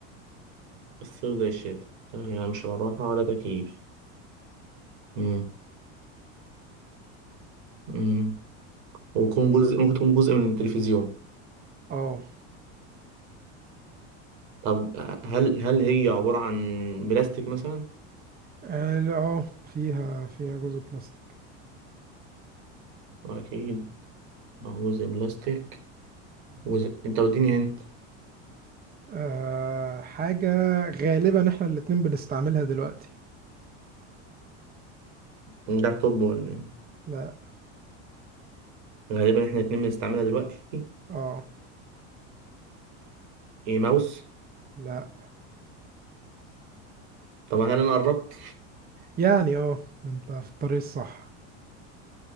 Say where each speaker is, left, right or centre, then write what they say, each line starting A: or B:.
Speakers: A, on the right; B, on the right.
A: الصيف زي الشتاء تمام يعني مش مروحة ولا تكييف مم. مم. ويكون جزء ممكن تكون جزء من التلفزيون
B: اه
A: طب هل هل هي عبارة عن بلاستيك مثلا؟
B: اه لا، آه، فيها فيها جزء بلاستيك
A: أكيد بعوز بلاستيك وز... أنت وديني هنت
B: آه حاجة غالبا احنا الاتنين بنستعملها دلوقتي
A: لابتوب ولا
B: لا
A: غالبا إحنا الاتنين بنستعملها دلوقتي
B: اه
A: إيه ماوس
B: لا
A: طب هل أنا قربت؟
B: يعني اه انت في الطريق الصح